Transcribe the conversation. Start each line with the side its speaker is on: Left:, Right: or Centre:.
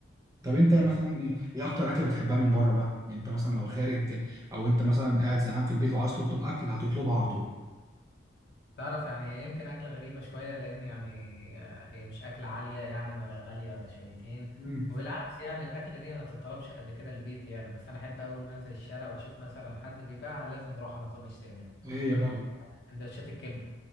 Right: طب انت
Left: حلو
Right: مثلا ايه ايه اكتر اكله بتحبها من بره بقى يعني انت مثلا لو خارج او انت مثلا قاعد زهقان في البيت وعايز تطلب اكل هتطلبها على طول
Left: تعرف يعني هي يمكن أكلة غريبة شوية لأن يعني آه، هي مش أكلة عالية يعني ولا غالية ولا شويتين
Right: امم
Left: وبالعكس يعني الأكلة دي ما تتطلبش قد كده البيت يعني بس أنا أحب أول ما أنزل الشارع وأشوف مثلا حد بيبيعها لازم نروح على طول نشتري منها
Right: ايه هي بقى
Left: ال- سندوتشات الكبدة